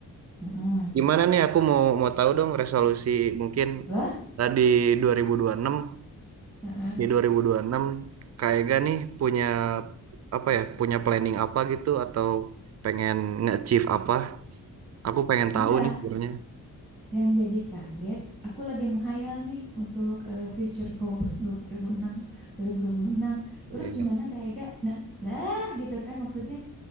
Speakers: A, in the centre; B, on the right.
A: Mm-mm.
B: Gimana nih aku mau mau tahu dong resolusi mungkin
A: Lah?
B: tadi 2026
A: Heeh.
B: di 2026 Kak Ega nih punya apa ya punya planning apa gitu atau pengen nge-achieve apa aku pengen
A: Enggak.
B: tahu nih sebenarnya
A: Yang jadi kaget, aku lagi menghayal nih untuk eh, future goals 2006, 2026. Terus
B: iya
A: gimana kayak gak? Nah, lah gitu kan maksudnya